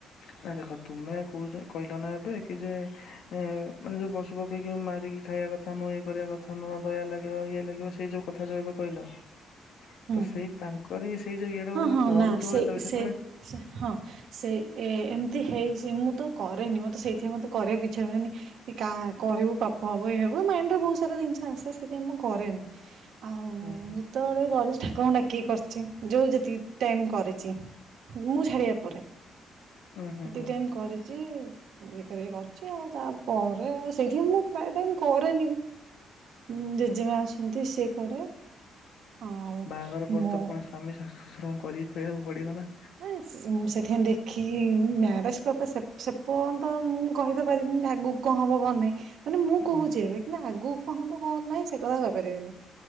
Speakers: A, on the left; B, on the right.
A: ନାଇ ଦେଖ ତୁମେ କହୁଚ କହିଲ ନା ଏବେ କି ଯେ ଏ ମାନେ ଯୋଉ ପଶୁ ପକ୍ଷୀ କି ମାରିକି ଖାଇବା କଥା ନୁହଁ ଇଏ କରିବା କଥା ନୁହଁ ଦୟା ଲାଗିବ ଇଏ ଲାଗିବ ସେଇ ଯୋଉ କଥା ଯୋଉ ଏବେ କହିଲ।
B: ହୁଁ।
A: ତ ସେଇ ତାଙ୍କରି ସେଇ ଯୋଉ ଇଏଟାକୁ
B: ହଁ
A: ଯେତେବେଳେ
B: ହଁ
A: କରୁଥିବ
B: ନା ସେଇ
A: ଯେତେବେଳେ ସେତେବେଳେ
B: ସେ ସେ ହଁ। ସେଇ ଏ ଏମିତି ହେଇଛି ମୁଁ ତ କରେନି ମତେ ସେଇଥିପାଇଁ ମତେ କରିବାକୁ ଇଛା ହୁଏନି। କି କାହା କରିବୁ ପାପ ହବ ଏଇ ହବ ମାଇଣ୍ଡରେ ବହୁତ ସାରା ଜିନିଷ ଆସେ ସେଇଥିପାଇଁ ମୁଁ କରେନି। ଆଉ
A: ହୁଁ ହୁଁ
B: ଯେତେବେଳେ କରିଛି ଠାକୁରଙ୍କୁ ଡାକିକି କରିଛି। ଯେଉଁ ଯେତିକି ଟାଇମ୍ କରିଛି ମୁଁ ଛାଡ଼ିବା ପରେ।
A: ଉୁଁ ହୁଁ
B: <unintelligible>
A: ହୁଁ
B: ଟାଇମ୍ କରିଛି <unintelligible> କରିକି କରିଛି ଆଉ ତାପରେ ସେଇଥିପାଇଁ ମୁଁ ପ୍ରାୟ ଟାଇମ୍ କରେନି ବିି। ଉଁ ଜେଜେମା ଅଛନ୍ତି ସିଏ କରେ। ଆଉ
A: ବାହାଘର ପରେ
B: ମୁଁ
A: ତ ପୁଣି ସ୍ଵାମୀ, ଶାଶୁ, ଶଶୁରଙ୍କୁ କରିକି ଖୁଆବାକୁ ପଡିଅ ନା।
B: ଆ ସେଥିପାଇଁ ଦେଖିକି ମ୍ୟାରେଜ କଥା ସେ ସେପର୍ଯ୍ୟନ୍ତ ମୁଁ କହି ତ ପାରିବିନି ଆଗକୁ କଣ ହବ କଣ ନାହିଁ ମାନେ ମୁଁ କହୁଛି
A: ହୁଁ
B: ଏବେ କିନ୍ତୁ ଆଗକୁ ହଁ ମୁଁ କଣ ନାହିଁ ସେ କଥା କହିପାରିବିନି।